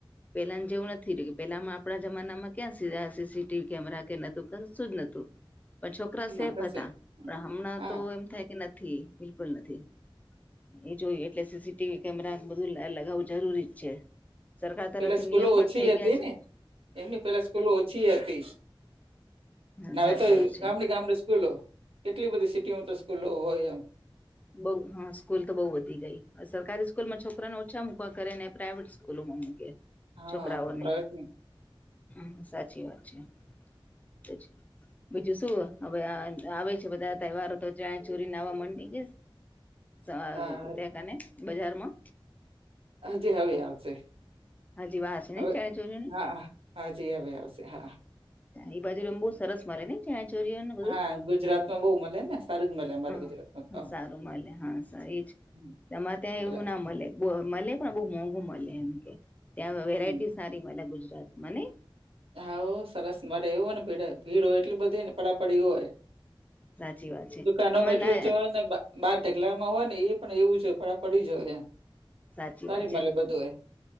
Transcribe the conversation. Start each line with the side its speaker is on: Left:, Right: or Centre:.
Left: પેલાને જેવું નથી રહ્યું પેલામાં આપણા જમાનામાં ક્યાં સીસીટીવી કેમેરા કે નતું ક શું જ નથી. પણ છોકરા સેફ
Right: ના કશું
Left: હતા
Right: ન
Left: પણ હમણાં
Right: હા
Left: તો એમ થાય કે નથી. બિલકુલ નથી એ જોયું એટલે સીસીટીવી કેમેરા બધું અલગ હોવું જરૂરી જ છે. સરકાર તરફથી
Right: પેલા સ્કૂલો
Left: નિયમ પણ
Right: ઓછી
Left: થઈ ગયા
Right: હતી
Left: છે
Right: ને એમની પેલા સ્કૂલો ઓછી હતી.
Left: હા
Right: નાવે
Left: સાચી
Right: તો
Left: વાત છે
Right: ગામડીે ગામડી સ્કૂલો કેટલી બધી સિટીમાં તો સ્કૂલો હોય એમ.
Left: બઉ હા સ્કૂલ તો બહુ વધી ગઈ સરકારી સ્કૂલમાં છોકરાને ઓછા મૂકા કરે ને પ્રાઈવેટ સ્કૂલોમાં મુકે
Right: હા
Left: છોકરાઓને.
Right: પ્રાઇવેટની
Left: હ સાચી વાત છેી બીજું શું. હવે આવે છે બધા તહેવારો તો ત ચોરી નાવા મમાંડી ગઈ. ત્યાં
Right: હા
Left: કને બજારમાં
Right: હજી હવે આવશે.
Left: હજી વાર છે ને
Right: હવે
Left: ચણચોરીઓની
Right: હા હાજી હવે આવશે હા.
Left: એ બાજુ રમ બુઉ સરસ મરે ન‌ઈ ચણીયા ચોળીઓનું બધું
Right: હા ગુજરાતમાં બહુ મળે ને સારું જ મળે અમારા
Left: હા
Right: ગુજરાતમાં તો આમ.
Left: સારું મલે હા એ જ
Right: હમ <inaudible>
Left: એમાં ત્યાં એવું
Right: એટલે
Left: ના મળે મળે પણ બહુ મોંઘુ મળે એમ કે. ત્યાં વેરાયટી
Right: હમ
Left: સારી મ ગુજરાતમાંને!
Right: હા સરસ મરે એવ હો ને ભીડ ભીડ હોય એટલી બધી ને પડાપડી હોય.
Left: સાચી વાત છે
Right: દુકાનોમાં
Left: આમાં
Right: એટલું
Left: ના
Right: જો ને બાર ઢકલામાં હોય ને એ પણ એવું જો પડી જ હોય.
Left: સાચી
Right: સારી
Left: વાત છે
Right: મળે બધું એ